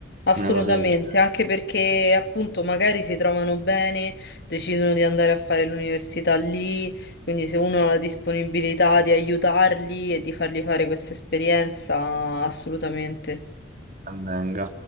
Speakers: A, on the left (about 60°); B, on the right (about 45°).
A: Assolutamente,
B: una cosa del genere,
A: anche perché appunto magari si trovano bene, decidono di andare a fare l'università lì, quindi se uno ha la disponibilità di aiutarli e di fargli fare questa esperienza, assolutamente.
B: ben venga.